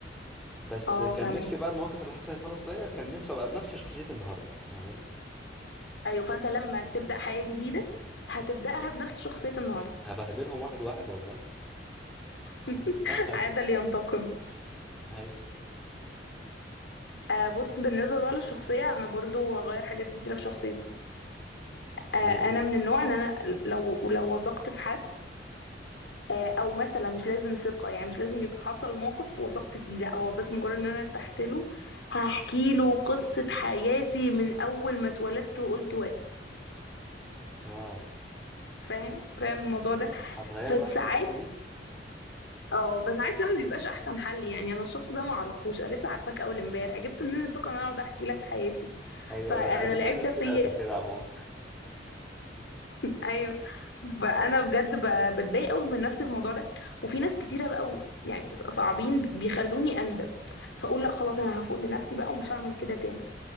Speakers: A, in the centre; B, on the left (about 75°).
A: بس
B: اه
A: كان
B: فاهمك
A: نفسي بقى المواقف اللي حصلت وانا صغير كان نفسي ابقى بنفس شخصية النهاردة فاهماني
B: ايوه فانت لما تبدأ حياة جديدة هتبدأها بنفس شخصية النهاردة
A: هبهدلهم واحد واحد والله <laughs>
B: <laughs>
A: والله ما هسيب
B: عاد لينتقم
A: ايوه
B: آه بص بالنسبة بقى للشخصية انا برضو هغير حاجات كتيرة في شخصيتي آه
A: زي
B: انا
A: ايه
B: من النوع ان انا لو لو وثقت في حد آه او مثلا مش لازم ثقة يعني مش لازم يبقى حصل موقف وثقت فيه لا هو بس مجرد ان انا ارتحت له هحكي له قصة حياتي من اول ما اتولدت وقلت واعي
A: اه
B: فاهم فاهم الموضوع ده
A: هتغيري
B: فساعات
A: بقى في الحتة دي
B: اه فساعات ده ما بيبقاش احسن حل يعني انا الشخص ده ما اعرفوش انا لسه عارفاك اول امبارح جبت منين الثقه ان انا اقعد احكي لك حياتي
A: ايوه
B: فانا
A: أيوه. انا قابلت
B: العيب
A: ناس
B: ده فيا
A: كده قبل كده عموما
B: <laughs> ايوه فانا بجد ب- بتضايق قوي من نفسي في الموضوع ده وفي ناس كتيره بقى و- يعني ص- صعبين بيخلوني اندم فاقول لا خلاص انا هفوق لنفسي بقى ومش هعمل كده تاني